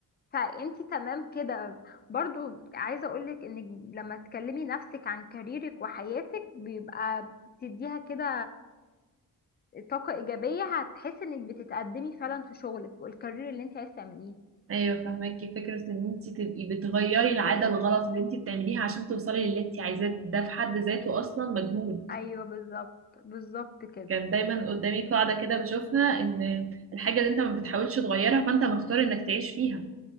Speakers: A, on the left; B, on the right.
A: فانت تمام كده برضو عايزة اقولك انك لما تكلمي نفسك عن كاريرك وحياتك بيبقى بتديها كده طاقة إيجابية هتحس إنك بتتقدمي فعلا في شغلك والكارير اللي أنت عايزة تعمليه
B: ايوه فاهماكي فكره ان انت تبقي بتغيري العاده الغلط اللي انت بتعمليها عشان توصلي للي انت عايزاه ده في حد ذاته اصلا مجهود
A: أيوه بالظبط بالظبط كده
B: كان دايما قدامي قاعده كده بشوفها ان الحاجه اللي انت ما بتحاولش تغيرها فانت مختار انك تعيش فيها